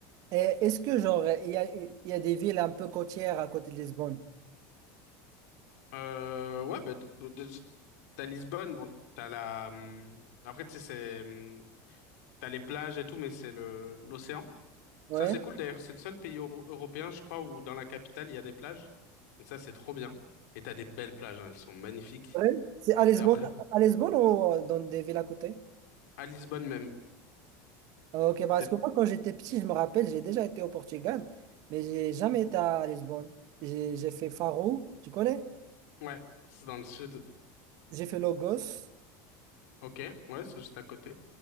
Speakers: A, on the right (about 50°); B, on the left (about 85°).
A: est-ce que genre il y a, il y a des villes un peu côtières à côté de Lisbonne?
B: Euh, ouais, bah, d- bon, déjà, t'as Lisbonne, bon, t'as la. hum, Après, tu sais, c'est. hum, T'as les plages et tout, mais c'est le l'océan.
A: Ouais.
B: Ça, c'est cool d'ailleurs. C'est le seul pays euro- européen, je crois, où dans la capitale, il y a des plages. Donc, ça, c'est trop bien. Et t'as des belles plages, hein, elles sont magnifiques.
A: Ouais. C'est à Lisbonne,
B: Et après,
A: à Lisbonne ou euh, dans des villes à côté?
B: à Lisbonne même.
A: Ok, bah,
B: C'est.
A: parce que moi quand j'étais petit, je me rappelle, j'ai déjà été au Portugal, mais j'ai jamais été à Lisbonne. J'ai j'ai fait Faro, tu connais?
B: Ouais, c'est dans le sud.
A: J'ai fait Lagos.
B: Ok, ouais, c'est juste à côté.